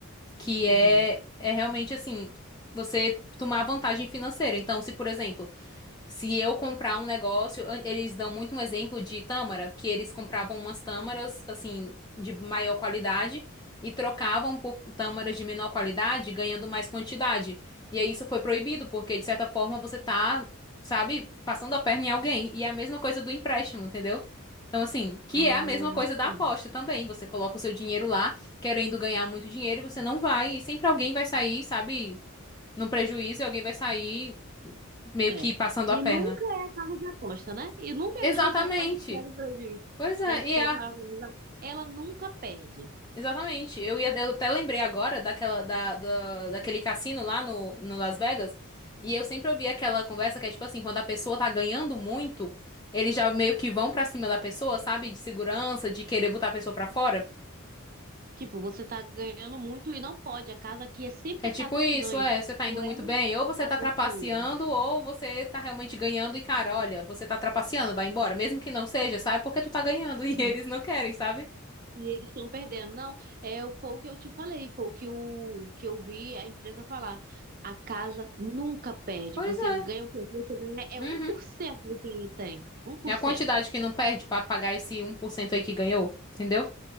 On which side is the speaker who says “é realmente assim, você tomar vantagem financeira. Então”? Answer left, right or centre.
Left